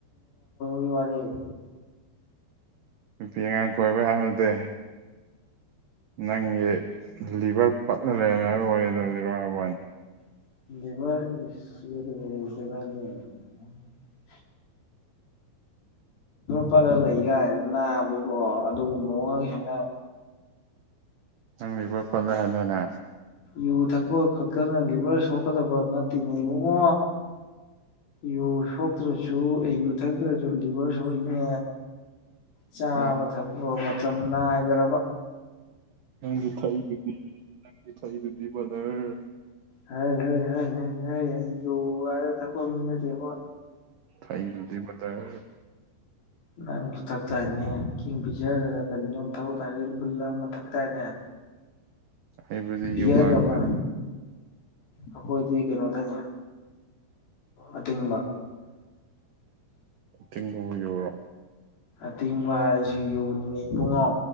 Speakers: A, on the left (about 55°); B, on the right (about 80°).
A: ꯒꯤ ꯋꯥꯌꯦ
B: ꯅꯨꯄꯤ ꯑꯉꯥꯡ ꯀꯣꯏꯕ ꯌꯥꯔꯗꯦ ꯅꯪꯒꯤ ꯂꯤꯚꯔ ꯄꯠꯂ ꯂꯩꯔꯝꯃꯦ ꯍꯥꯏꯕ ꯋꯥꯔꯤꯗ ꯂꯤꯔ ꯍꯥꯏꯔꯕꯅꯤ
A: ꯂꯤꯚꯔ ꯏꯁ ꯁꯤꯁ ꯎꯝ ꯐꯔ ꯂꯩ ꯀꯥꯏꯅ ꯅꯥꯕꯩꯒꯤꯀꯣ ꯑꯗꯨꯒꯨꯝꯕꯑꯣ ꯍꯦꯟꯅ
B: ꯅꯪꯂꯤꯕꯣꯏ ꯐꯠꯂꯦ ꯍꯥꯏꯟꯗꯅ
A: ꯌꯨ ꯊꯛꯄ ꯈꯛꯇꯅ ꯂꯤꯚꯔ ꯁꯣꯛꯀꯗꯕ ꯅꯠꯇꯦꯅꯦ ꯏꯕꯨꯡꯉꯣ ꯌꯨ ꯁꯣꯛꯇ꯭ꯔꯁꯨ ꯑꯦ ꯌꯨ ꯊꯛꯇ꯭ꯔꯁꯨ ꯂꯤꯚꯔ ꯁꯣꯛꯏꯅꯦ ꯆꯥꯕ
B: ꯅꯪ
A: ꯊꯕ ꯑꯣ ꯃꯇꯝꯅ ꯍꯥꯏꯗ꯭ꯔꯕꯥ
B: ꯅꯪ ꯊꯕꯪ ꯊꯕ ꯕꯖꯔ
A: ꯍꯥꯏ ꯍ ꯍꯥꯏ ꯍꯥꯏ ꯍꯥꯏ ꯑꯩ ꯌꯨ ꯍꯥꯏꯔ ꯊꯛꯄ ꯃꯤ ꯅꯠꯇꯦꯀꯣ
B: ꯊꯥꯏꯁꯨꯗꯤꯤ ꯃꯊꯥꯏ
A: ꯅꯪꯁꯨ ꯊꯥꯛꯆꯥꯏꯅꯦ ꯐꯤꯁꯔ ꯀꯔꯤꯅꯣ ꯕꯨꯜ ꯑꯃ ꯊꯛ ꯆꯥꯏꯅꯦ
B: ꯍꯩꯕꯗꯤ
A: ꯚꯌꯔ
B: ꯌꯨꯉꯥꯡ
A: ꯑꯃ ꯑꯩꯈꯣꯏꯗꯤꯩꯅꯣ ꯊꯥꯏ ꯑꯇꯦꯡꯕ
B: ꯇꯤꯟꯕꯨ ꯌꯨꯔꯣ
A: ꯑꯇꯤꯡꯕ ꯍꯥꯏꯁꯤ ꯌꯨ ꯅꯤꯅꯦ ꯏ ꯄꯨꯡꯉꯣ